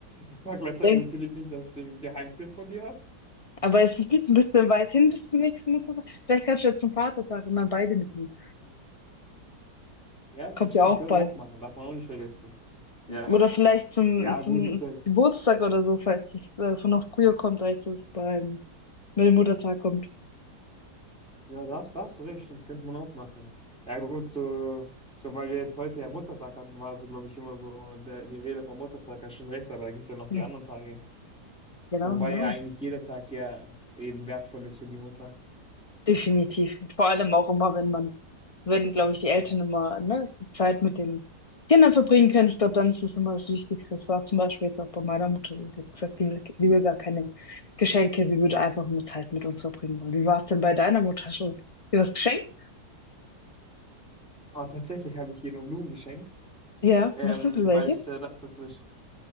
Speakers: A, in the centre; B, on the left.
A: Ich sage natürlich
B: Denk-
A: nicht, dass ich den Geheimtipp von dir habe.
B: Aber es geht ein bisschen weit hin bis zum nächsten Muttertag. Vielleicht kannst du ja zum Vatertag und dann beide mitnehmen.
A: Ja, das
B: Kommt
A: stimmt,
B: ja auch
A: können
B: bald.
A: wir auch machen, darf man auch nicht vergessen. Ja,
B: Oder vielleicht zum,
A: ja,
B: zum
A: gut, ist ja,
B: Geburtstag oder so, falls es äh, von noch früher kommt, als es beim, beim Muttertag kommt.
A: ja, das, das, recht, stimmt, könnte man auch machen. Ja, gut, so, ich glaube, weil wir jetzt heute ja Muttertag hatten, war so, glaube ich, immer so der, die Rede vom Muttertag, hast schon recht, aber da gibt es ja noch
B: Ja,
A: die anderen Tage.
B: Genau,
A: Wobei
B: genau.
A: ja eigentlich jeder Tag ja eben wertvoll ist für die Mutter.
B: Definitiv. Vor allem auch immer, wenn man, wenn, glaube ich, die Eltern immer, ne, die Zeit mit den Kindern verbringen können. Ich glaube, dann ist das immer das Wichtigste. Das war zum Beispiel jetzt auch bei meiner Mutter so. Sie hat gesagt, die will, sie will gar keine Geschenke, sie würde einfach nur Zeit mit uns verbringen wollen. Wie war es denn bei deiner Mutter schon? Dir was geschenkt?
A: Aber tatsächlich habe ich hier nur Blumen geschenkt,
B: Ja,
A: ähm,
B: was sind für
A: weil
B: welche?
A: ich äh, dachte, das ist,